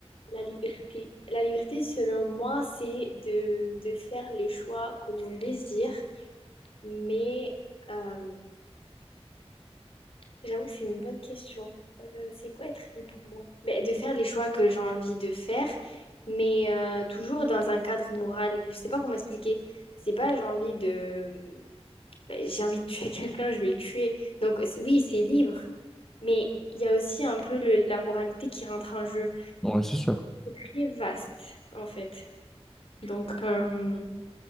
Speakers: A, on the left (about 60°); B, in the centre.
A: La liberté. La liberté, selon moi, c'est de, de faire les choix que l'on désire, mais euh, j'avoue que c'est une bonne question. Euh, c'est quoi être libre pour moi? Ben, de faire les choix que j'ai envie de faire, mais euh, toujours dans un cadre moral. Je sais pas comment expliquer. C'est pas j'ai envie de... ben, j'ai envie de tuer <laughs> quelqu'un, je vais le tuer. Donc c- oui, c'est libre, mais il y a aussi un peu le- la moralité qui rentre en jeu.
B: Ouais, c'est sûr.
A: Très vaste, en fait. Donc... euh,